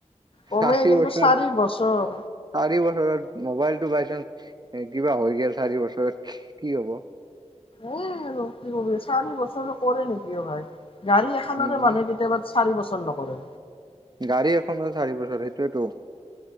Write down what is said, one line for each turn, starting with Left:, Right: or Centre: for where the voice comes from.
Right: চাৰি
Left: কমে কিন্তু
Right: বছ
Left: চাৰি বছৰ
Right: চাৰি বছৰত মবাইল। টো বাই চান্স কিবা হৈ গল চাৰি বছৰত কি হব।
Left: এইয়াই আৰু কি কবি চাৰি বছৰ কৰে নেকি অ ভাই। গাড়ী এখনেৰে
Right: উম,
Left: মানে কেতিয়াবা চাৰি বছৰ। ন কৰে
Right: গাড়ী এখন চাৰি বছৰ সেইটোয়েতো।